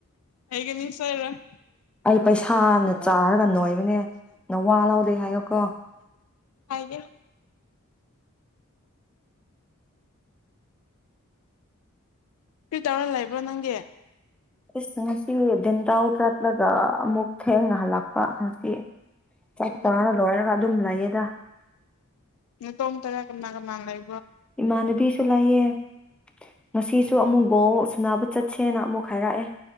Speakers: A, on the left; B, in the centre.
A: ꯍꯩꯒꯅꯤ ꯁꯣꯏꯔꯣꯏ
B: ꯄꯩꯁꯥꯅ ꯆꯥꯔꯒ ꯅꯣꯏꯕꯅꯦ ꯅ ꯋꯥ ꯂꯧꯗꯦ ꯍꯥꯏꯌꯣꯀꯣ
A: ꯍꯥꯏꯒꯦ ꯐꯔꯤ ꯇꯧꯔ ꯂꯏꯕ꯭ꯔꯣ ꯅꯪꯗ
B: ꯏꯁꯁ ꯉꯁꯤ ꯇꯥꯎꯗꯠꯂꯒ ꯑꯃꯨꯛꯇ ꯊꯦꯡ ꯉꯍꯜꯂꯛꯄ ꯉꯁꯤ ꯆꯞ ꯆꯥꯅ
A: ꯎꯝ
B: ꯂꯣꯏꯔꯒ ꯑꯗꯨꯝ ꯂꯩꯌꯦꯗ
A: ꯇꯣꯝ ꯇꯒ ꯀꯅꯥ ꯀꯅ ꯂꯩ
B: ꯏꯃꯥꯟꯅꯕꯤꯁꯨ ꯂꯩꯌꯦ ꯉꯁꯤꯁꯨ ꯑꯃꯨꯛ ꯕꯣ ꯁꯅꯕ ꯆꯠꯁꯦꯅ ꯑꯃꯨꯛ ꯍꯥꯏꯔꯛꯑꯦ